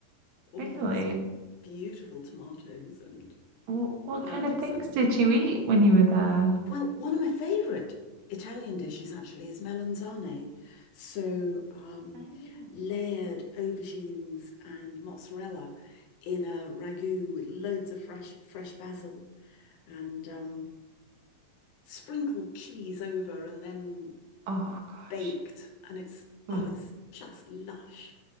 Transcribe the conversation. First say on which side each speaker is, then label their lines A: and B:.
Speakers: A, on the left (about 85°); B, on the right (about 65°).
A: All
B: really?
A: those beautiful tomatoes and
B: What, what
A: herbs
B: kind of things
A: and
B: did you eat when you were there?
A: Well, one of my favorite Italian dishes actually is melanzane. So, um,
B: Mm.
A: layered aubergines and mozzarella in a ragu with loads of fresh fresh basil and um, sprinkled cheese over and then
B: Oh, gosh.
A: baked. And it's,
B: M
A: oh, it's just lush.